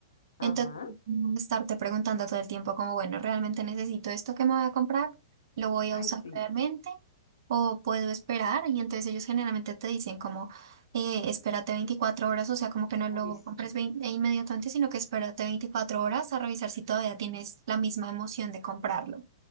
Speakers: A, on the right (about 60°); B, on the left (about 85°).
A: Entonces,
B: Ajá.
A: no estarte preguntando todo el tiempo como, bueno, ¿realmente necesito esto que me voy a comprar? ¿Lo voy a
B: Ay,
A: usar
B: sí.
A: realmente? ¿O puedo esperar? Y entonces ellos generalmente te dicen como, eh, espérate 24 horas, o sea, como que no
B: Uy,
A: lo
B: sí.
A: compres vein- e inmediatamente, sino que espérate 24 horas a revisar si todavía tienes la misma emoción de comprarlo.